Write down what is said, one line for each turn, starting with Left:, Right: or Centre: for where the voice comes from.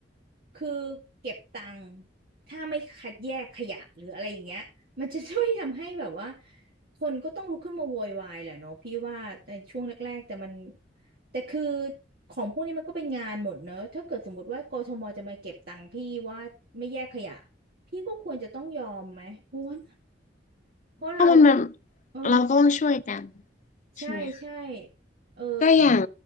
Right: คือเก็บตังค์ถ้าไม่คัดแยกขยะหรืออะไรอย่างเงี้ยมันจะช่วยทำให้แบบว่าคนก็ต้องลุกขึ้นมาโวยวายแหละเนาะพี่ว่าในช่วงแรกๆแต่มันแต่คือของพวกนี้มันก็เป็นงานหมดเนอะถ้าเกิดสมมติว่ากทมจะมาเก็บตังค์พี่ว่าไม่แยกขยะพี่ก็ควรจะต้องยอมไหมเพราะว่า เพราะเรา
Left: เพราะมันแบบ
Right: เออ
Left: เราก็ต้องช่วยกัน
Right: ใช่ใช่
Left: ใช่ไหมคะ
Right: เออ
Left: ก็อย่าง